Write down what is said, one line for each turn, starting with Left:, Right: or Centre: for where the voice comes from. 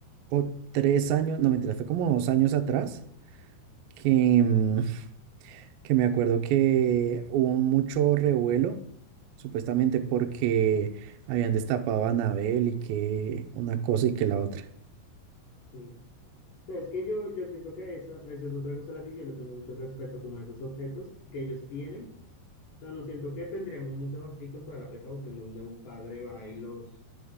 Right: o tres años, no, mentira, fue como dos años atrás, que, mm, que me acuerdo que hubo mucho revuelo, supuestamente porque habían destapado a Anabel y que una cosa y que la otra.
Left: Sí. O sea, es que yo, yo siento que esa, esa es otra cosa a la que yo le tengo mucho respeto, como a esos objetos que ellos tienen. O sea, no siento que tendrían un museo así con toda la precaución donde un padre va y los,